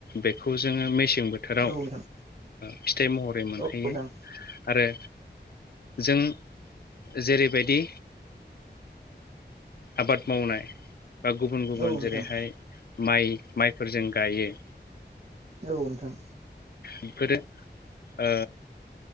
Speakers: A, on the left; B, on the right.
A: बेखौ जोङो मेसें बोथोराव
B: औ नोंथां औ नोंथां
A: फिथाइ महरै मोनहैयो।
B: औ नोंथां
A: आरो जों जेरैबायदि आबाद मावनाय बा गुबुन गुबुन
B: औ नोंथां
A: जेरैहाय माइ माइफोरजों गायो।
B: औ नोंथां।
A: बेफोरो ओ